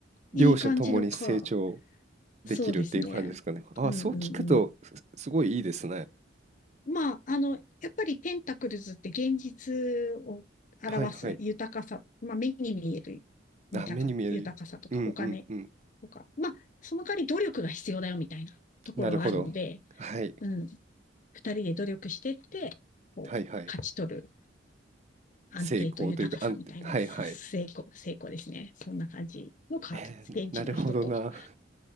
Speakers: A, on the left; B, on the right.
A: いい感じのか。
B: 両者ともに成長できるっていう感じですかね。
A: そうですね。
B: あ、
A: うん
B: そう聞くと、
A: うん
B: すすごいいいですね。
A: まあ、あの、やっぱりテンタクルズって現実を表す豊かさ、
B: はいはい。
A: まあ、目に見える豊か、
B: あ、目に見えるようんうんうん。
A: 豊かさとかお金とか、まあ、その代わり努力が必要だよみたいなところはあるので、
B: なるほど。はい。
A: うん、二人で努力してって、こう、
B: はいはい。
A: 勝ち取る安定と豊かさみたいな、
B: 成功というか、安定。はいはい。
A: す成功、成功ですね。そんな感じのカードです。
B: えー、
A: 現地の人と。
B: なるほどな。
A: <laughs>
B: <laughs>